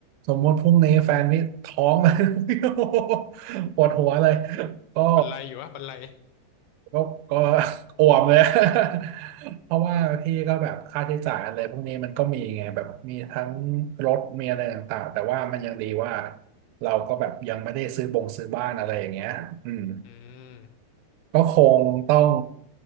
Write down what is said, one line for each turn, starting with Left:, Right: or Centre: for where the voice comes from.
Right: สมมติพรุ่งนี้แฟนนี่ท้อง <laughs> เลย <laughs> โอ้โหปวดหัวเลยก็
Left: บันไลอยู่วะบันไล
Right: ก็ก็อ่วมเลย <laughs> เพราะว่าพี่ก็แบบค่าใช้จ่ายอะไรพวกนี้มันก็มีไงแบบมีทั้งรถมีอะไรต่างๆแต่ว่ามันยังดีว่าเราก็แบบยังไม่ได้ซื้อบงซื้อบ้านอะไรอย่างเงี้ยอืม
Left: อืม
Right: ก็คงต้อง